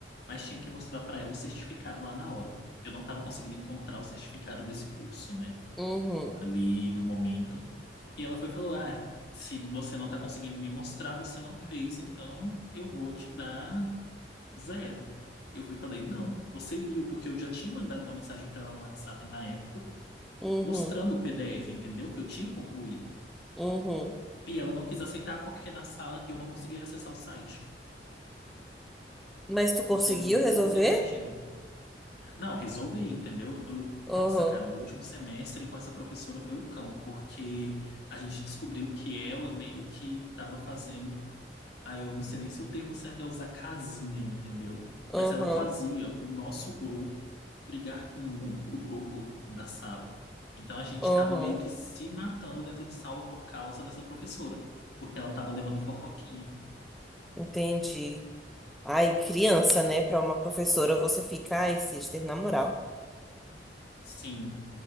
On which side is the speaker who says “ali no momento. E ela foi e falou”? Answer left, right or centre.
Left